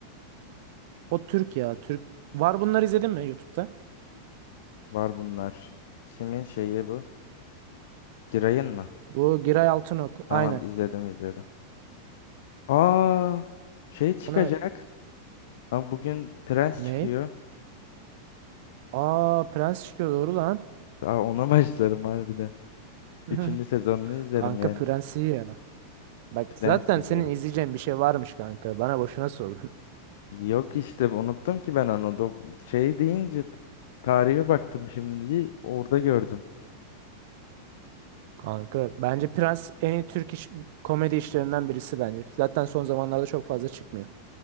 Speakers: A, on the right; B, on the left.
A: O Türk ya. Türk. Var bunları izledin mi YouTube'da?
B: Var bunlar. Kimin şeyi bu? Giray'ın mı?
A: Bu Giray Altınok.
B: Tamam
A: Aynen.
B: izledim izledim. Aa şey çıkacak.
A: Onu
B: Ama bugün Prens
A: ne?
B: çıkıyor.
A: Aa Prens çıkıyor doğru lan.
B: Aa ona <laughs> başlarım harbiden.
A: <laughs>
B: Üçüncü sezonunu izlerim
A: Kanka
B: yani.
A: Prens iyi ya. Bak
B: Prens
A: zaten
B: izlerim.
A: senin izleyeceğin bir şey varmış kanka. Bana boşuna sordun.
B: Yok işte unuttum ki ben onu. Dok- şey deyince t- tarihe baktım şimdi orada gördüm. <clears throat>
A: <laughs> Kanka bence Prens en iyi Türk iş- komedi işlerinden birisi bence. Zaten son zamanlarda çok fazla çıkmıyor.